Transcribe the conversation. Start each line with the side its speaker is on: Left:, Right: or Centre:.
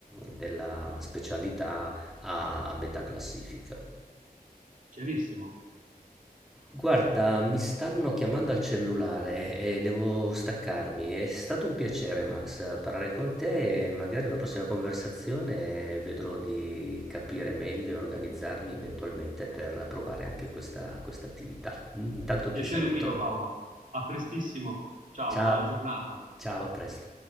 Centre: della specialità a a metà classifica.
Right: Chiarissimo.
Centre: Guarda, mi stanno chiamando al cellulare e devo staccarmi. È stato un piacere, Max, parlare con te e magari una prossima conversazione vedrò di capire meglio e organizzarmi eventualmente per provare anche questa, questa attività. Intanto
Right: Piacere
Centre: ti saluto.
Right: mio, Paolo. A prestissimo. Ciao,
Centre: Ciao,
Right: buona giornata.
Centre: ciao, a presto.